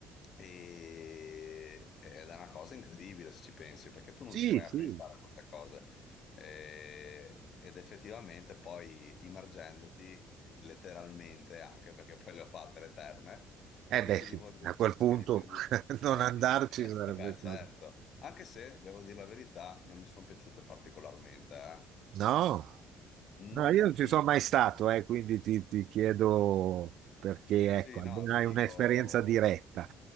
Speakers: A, on the left; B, on the right.
A: E, ed è una cosa incredibile se ci pensi, perché tu non
B: Sì,
A: ci vai
B: sì.
A: a pensare a queste cose. Eh, ed effettivamente poi immergendoti eh, letteralmente, anche perché poi le ho fatte le terme,
B: Eh
A: inizi
B: beh, sì,
A: tipo a dire,
B: a quel punto
A: inizi a dire-
B: <laughs> non
A: eh,
B: andarci
A: in- <laughs>
B: sarebbe
A: eh, beh, certo,
B: stato.
A: anche se devo dire la verità, non mi sono piaciute particolarmente, eh.
B: No,
A: Non
B: no, io
A: tantissimo.
B: non ci sono mai stato, eh, quindi ti, ti chiedo perché,
A: Sì,
B: ecco,
A: no,
B: almeno
A: ti
B: hai
A: dico,
B: un'esperienza diretta.